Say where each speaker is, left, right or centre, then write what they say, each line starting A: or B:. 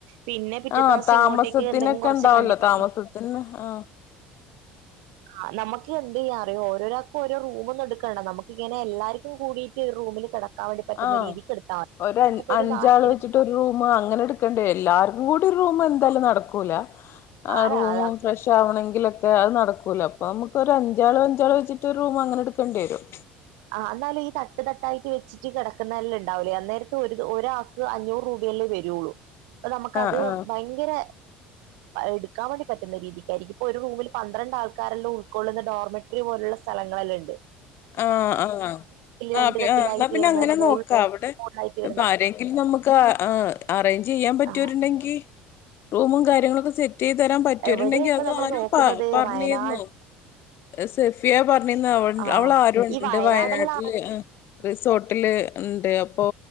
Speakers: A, on the right; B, on the left.
A: പിന്നെ പിറ്റേ
B: ആഹ്
A: ദിവസം
B: താമസത്തിനൊക്കെ
A: ഇങ്ങോട്ടേക്ക് എന്തെങ്കും കുറച്ച്
B: ഉണ്ടാവല്ലോ
A: കണ്ടി <inaudible>
B: താമസത്തിന് ആഹ്
A: ആ നമുക്ക് എന്ത് ചെയ്യാ അറിയോ ഓരോരാൾക്ക് ഓരോ റൂം എടുക്കണ്ട നമുക്കിങ്ങനെ എല്ലാരിക്കും കൂടിട്ട് ഒരു റൂമിൽ കിട കിടക്കാൻ വേണ്ടി പറ്റുന്ന
B: ആഹ്
A: രീതിക്ക് എടുത്താൽ മതി
B: ഒരു
A: നമുക്കൊരു
B: അഞ്ചാള്
A: നാല്
B: വെച്ചിട്ട് ഒരു റൂം അങ്ങനെ എടുക്കണ്ടേ എല്ലാർക്കും കൂടി ഒരു റൂം എന്തായാലും നടക്കൂല ആ
A: അല്ല
B: റൂമും ഫ്രഷ് ആവണെങ്കിലൊക്കെ അത് നടക്കു ക്കൂല അപ്പൊ നമുക്കൊരു അഞ്ചാള് അഞ്ചാള് വെച്ചിട്ട് ഒരു റൂം അങ്ങനെ എടുക്കേണ്ടി വരും
A: ആ എന്നാലും ഈ തട്ട് തട്ടായിട്ട് വെച്ചിട്ട് കിടക്കുന്നെല്ലാം ഉണ്ടാവില്ലേ അന്നേരത്തെ ഒരു ആൾക്ക് അഞ്ഞൂറ് രൂപയല്ലേ വരുള്ളൂ അത് നമുക്ക്
B: ആ
A: അത്
B: ആ
A: ഭയങ്കര എടുക്കാൻ വേണ്ടി പറ്റുന്ന രീതിക്കായിരിക്കും ഇപ്പൊ ഒരു റൂമിൽ പന്ത്രണ്ട് ആൾക്കാരെല്ലാം ഉൾക്കൊള്ളുന്ന നോർമൽ ത്തിരി പോലുള്ള സ്ഥലങ്ങളെല്ലാം ഇണ്ട്
B: ആഹ് ആഹ്
A: രണ്ട്
B: ആഹ്
A: കട്ടിലായിട്ട്
B: എന്നാ പിന്നെ
A: വരുന്ന
B: അങ്ങനെ
A: മോൾ
B: നോക്കാം അവിടെ
A: മോളിലായിട്ട് വരുന്ന
B: ഇപ്പൊ ആരെങ്കിലും നമുക്ക് നമ്മക്ക് ആ അറേഞ്ച് ചെയ്യാൻ പറ്റിയവരുണ്ടെങ്കിൽ
A: ആ <inaudible>
B: റൂമും കാര്യങ്ങളൊക്കെ സെറ്റ് ചെയ്തു തരാൻ പറ്റുവരുണ്ടെങ്കിൽ
A: എവിടെ ഇപ്പൊ
B: അത്
A: നമ്മൾ
B: ആരോ
A: നോക്കുന്നത്
B: പറഞ്ഞിരുന്നു
A: വയനാട്
B: സെഫിയ പറഞ്ഞിരുന്നു അവിടെ
A: ആ
B: അവളുടെ ആരോ ഉണ്ട്
A: ഈ വയനാടെല്ലാം
B: വയനാട്ടില് റിസോ. ർട്ടില് ഉണ്ട് അപ്പോ